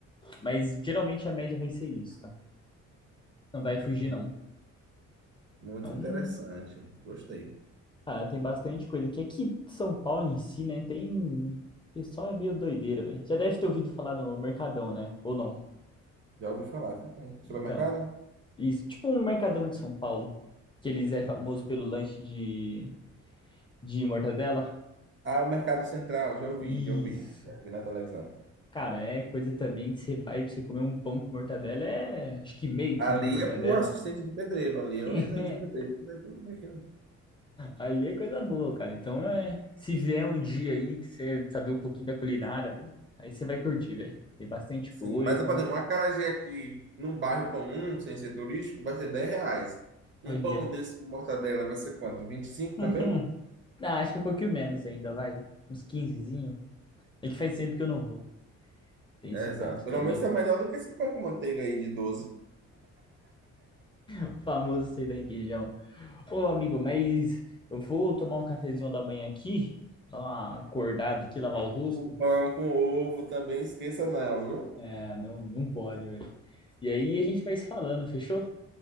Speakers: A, on the left; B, on the right.
A: Mas geralmente a média vai ser isso, tá? Não vai
B: Hum,
A: fugir, não.
B: Muito
A: Então,
B: interessante. Gostei.
A: Ah, tem bastante coisa aqui. Aqui em São Paulo em si, né? Tem. O pessoal é meio doideira, velho. Já deve ter ouvido falar no Mercadão, né? Ou não?
B: Já ouvi falar que tem.
A: Então,
B: Supermercado?
A: isso. Tipo um Mercadão de São Paulo. Que eles
B: Sim.
A: é famoso pelo lanche de, de mortadela.
B: Ah, o Mercado Central. Já ouvi,
A: Isso.
B: já ouvi. Já vi na televisão.
A: Cara, é coisa também que você vai pra você comer um pão com mortadela. É acho que meio
B: Ali
A: quilo de mortadela.
B: é pro assistente de pedreiro. Ali é o
A: <laughs>
B: ajudante de pedreiro que vai pro mercado.
A: Ali é coisa boa, cara. Então é. Se vier um dia aí que você saber um pouquinho da culinária, velho. Aí você vai curtir, velho. Tem bastante
B: Sim,
A: coisa.
B: mas, por exemplo, um acarajé aqui num bairro comum, sem ser turístico, vai ser 10 reais. Um
A: Olha.
B: pão desse de mortadela vai ser quanto? 25 também?
A: <laughs> Hum, ah, acho que um pouquinho menos ainda, vai. Uns quinzezinho. É que faz sempre que eu não vou. Tem
B: É,
A: esse
B: exato.
A: ponto
B: Pelo
A: também.
B: menos é melhor
A: <laughs>
B: do que esse pão com manteiga aí de doze
A: O famoso sair da requeijão. Ô, amigo, mas eu vou tomar um cafezinho da manhã aqui, dar uma acordada aqui, lavar o rosto.
B: O pão com ovo também, esqueça não, viu?
A: É, não, não pode, velho. E aí a gente vai se falando, fechou?